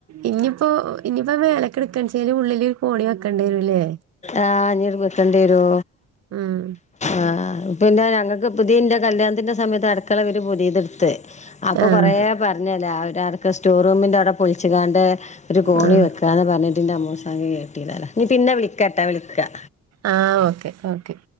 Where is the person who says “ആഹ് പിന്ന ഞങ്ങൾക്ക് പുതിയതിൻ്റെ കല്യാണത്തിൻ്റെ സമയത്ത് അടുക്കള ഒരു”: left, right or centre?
Left